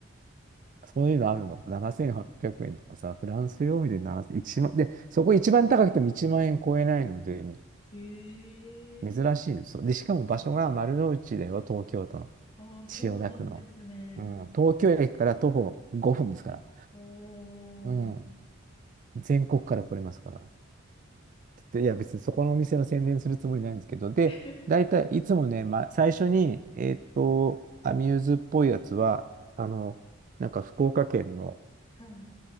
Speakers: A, on the right; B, on the left.
A: そういうのあるの。7800円とかさ、フランス料理で7 0万、いちまんで、そこ一番高くても1万円超えないので、
B: ええ
A: 珍しいですそうで、しかも場所が丸の内だよ、東京都の。
B: ああ、そうなんですね。
A: 千代田区の。うん、東京駅から徒歩5分ですから。
B: お
A: うん、
B: ー。
A: 全国から来れますから。でいや、別にそこのお店の宣伝するつもりないんですけど、で、
B: <laughs>
A: 大体いつもね、まあ、最初に、えーっと、アミューズっぽいやつは、あの、なんか福岡県の、
B: はい。